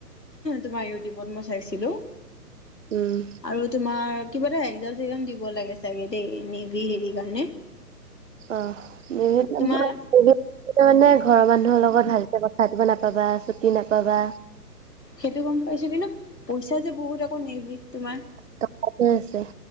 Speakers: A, on the left; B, on the right.
A: তোমাৰ ইউটিউবত মই চাইছিলো।
B: উম
A: আৰু তোমাৰ কিবা এটা একজাম চ্চকজাম দিব লাগে চাগে দেই নেভি হেৰি কাৰণে।
B: অ মোৰো <unintelligible>
A: তোমাৰ
B: অ নাই। ঘৰ মানুহৰ লগত ভাল। <unintelligible> নাপাবা নাপাবা চুটি নাপাবা।
A: সেইটো গম পাইছো কিন্তু পইচা যে বহুত আকৌ নেভি তোমাৰ
B: টকাটোৱে আছে